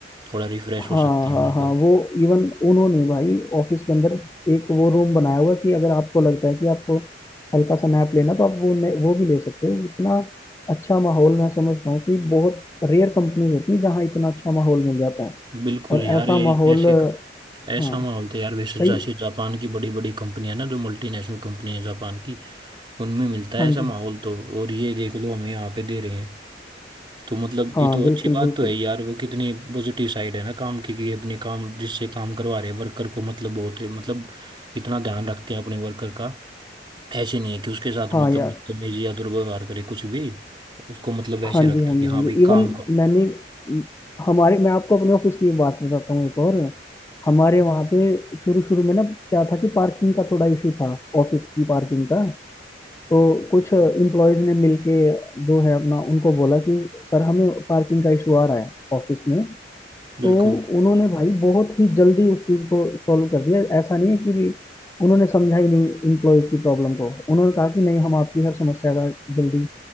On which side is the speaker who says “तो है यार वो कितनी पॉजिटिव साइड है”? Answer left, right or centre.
Right